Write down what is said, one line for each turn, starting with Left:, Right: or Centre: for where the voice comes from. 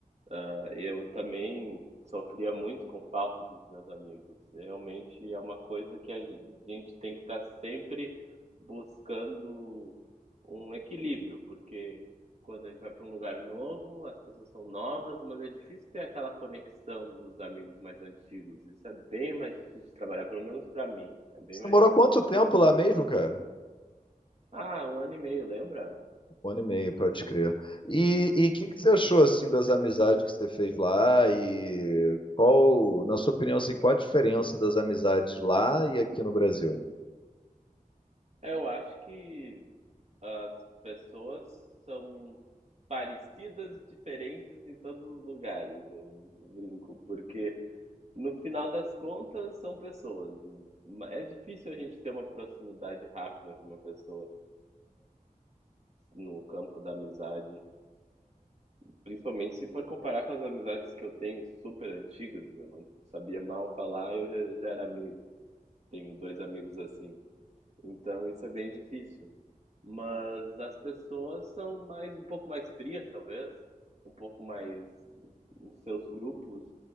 Right: ah, eu também sofria muito com falta dos meus amigos. Realmente é uma coisa que a gente tem que estar sempre buscando um equilíbrio, porque quando a gente vai para um lugar novo, as pessoas são novas, mas é difícil ter aquela conexão dos amigos mais antigos. Isso é bem mais difícil de trabalhar, pelo menos para mim. É bem
Left: Você
Right: mais
Left: morou quanto tempo lá mesmo, cara?
Right: ah, um ano e meio, lembra?
Left: Um ano e meio, pode crer. E o que que você achou assim das amizades que você fez lá e qual, na sua opinião, assim, qual a diferença das amizades lá e aqui no Brasil?
Right: É, Eu acho que as pessoas são parecidas e diferentes em todos os lugares, eu brinco, porque no final das contas são pessoas. É difícil a gente ter uma proximidade rápida com uma pessoa no campo da amizade, principalmente se for comparar com as amizades que eu tenho super antigas, eu não sabia mal falar, eu já, já era amigo. Tenho dois amigos assim. Então isso é bem difícil. Mas as pessoas são mais um pouco mais frias, talvez, um pouco mais nos seus grupos